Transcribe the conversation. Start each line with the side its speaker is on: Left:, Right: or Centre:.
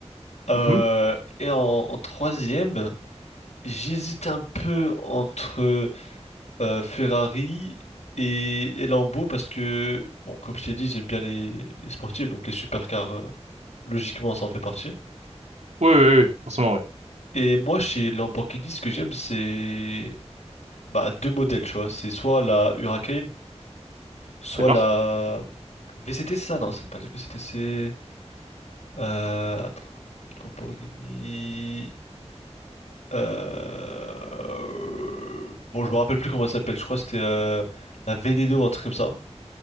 Left: Euh,
Right: Mhm.
Left: et en, en troisième, j'hésite un peu entre euh, Ferrari et, et Lambo parce que, bon, comme je t'ai dit, j'aime bien les, les sportifs, donc les supercars, euh, logiquement, ça en fait partie.
Right: Oui, oui, oui, forcément, oui.
Left: Et moi, chez Lamborghini, ce que j'aime, c'est bah, deux modèles, tu vois. C'est soit la Huracan, Soit
Right: D'accord.
Left: la VCT, c'est ça? Non, c'est pas la VCT, c'est... Euh... Attends. Lamborghini... Euh... Bon, je me rappelle plus comment elle s'appelle. Je crois que c'était euh, la Veneno, un truc comme ça.